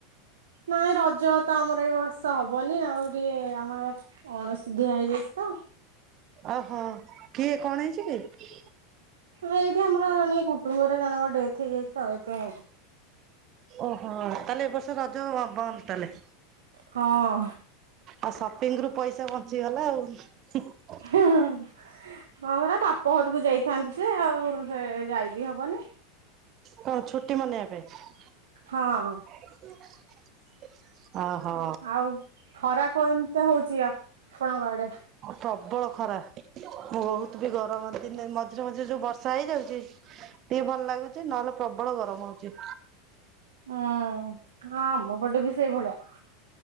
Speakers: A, on the right; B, on the right.
A: ନାଇଁ ରଜ ତ ଆମର ଏ ବର୍ଷ ହବନି ଆଉ ଟିକେ ଆମର ଅଣସୁଧିଆ ହେଇଯାଇଚି ତ।
B: ଓହୋ କିଏ କଣ ହେଇଚିକି
A: ଏଇଠି ଆମର ଜଣେ କୁଟମ୍ବରେ ଜଣଙ୍କର ଡେଥ ହେଇଯାଇଚି ତ ସେଇଥିପାଇଁ
B: ଓହୋ ତାହେଲେ ଏ ବର୍ଷ ରଜ ହବନି ତାହେଲେ
A: ହଁ,
B: ଆଉ ସପିଙ୍ଗରୁ ପଇସା ବଞ୍ଚିଗଲା ଆଉ
A: ଏ ହ ହଁ ପରା ବାପ ଘରକୁ ଯାଇଥାନ୍ତିଯେ ଆଉ ଯାଇବିି ହବନି।
B: କଣ ଛୁଟି ମନେଇବା ପାଇଁ।
A: ହଁ,
B: <unintelligible> ଓହୋ।
A: ଆଉ ଖରା କୋମିତିଆ ହଉଛି ଆପଣଙ୍କ ଆଡେ।
B: ପ୍ରବଳ ଖରା ବହୁତବି ଗରମ ଦିନେ ମଝିରେ ମଝିରେ ଯୋଉ ବର୍ଷା ହେଇଯାଉଛି ଟିକେ ଭଲ ଲାଗୁଚି ନହେଲେ ପ୍ରବଳ ଗରମ ହଉଚି।
A: ହୁଁ ହଁ ଆମ ପଟେବି ସେଇ ଭଳିଆ